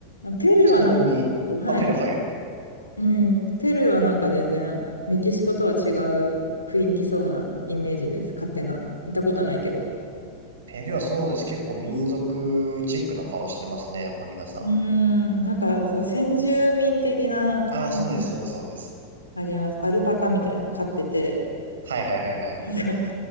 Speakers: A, on the left (about 80°); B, on the right (about 65°).
A: ペルーはなんか、
B: ちなみに、
A: はい。
B: あ、ペルー、はい。
A: うん。ペルーはなんか全然、メキシコとは違う雰囲気そうなイメージです。勝手な。行ったことないけど。
B: ペルーはそうです。結構民族チックな顔してますね。やっぱ皆さ
A: うーん、なんか、そう、先住民的な、
B: ん。ああ、
A: うん
B: そうです、そうです、そうです。
A: あります。アルパカみたいな、飼ってて、
B: はいはいはいはい。
A: <laughs> なんか